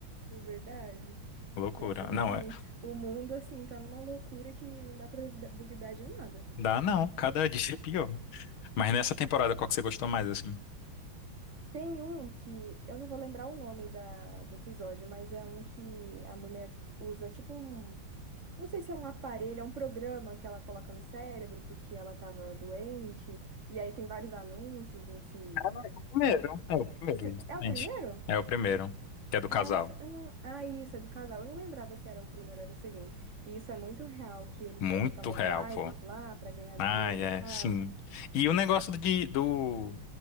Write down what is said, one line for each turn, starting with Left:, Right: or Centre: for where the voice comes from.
Right: é verdade.
Left: Loucura.
Right: Pior que realmente.
Left: Não, é,
Right: O mundo, assim, tá numa loucura que não dá pra duvida- duvidar de nada.
Left: dá não, cada dia é pior. Mas nessa temporada, qual que você gostou mais, assim?
Right: Tem um que, eu não vou lembrar o nome da, do episódio, mas é um que a mulher usa tipo um Não sei se é um aparelho, é um programa que ela coloca no cérebro porque ela tava doente. E aí tem vários anúncios nesse.
Left: O primeiro, é o primeiro,
Right: Se-
Left: justamente.
Right: É o primeiro?
Left: É o primeiro, que é do
Right: É,
Left: casal.
Right: eu não, sei- eu não- Ah, isso, é do casal. Eu não lembrava se era o primeiro ou era o segundo. E isso é muito real, que ele
Left: Muito
Right: faz aquelas
Left: real,
Right: lives
Left: pô.
Right: lá pra ganhar
Left: Ai,
Right: dinheiro,
Left: é,
Right: sabe?
Left: sim. E o negócio de, do,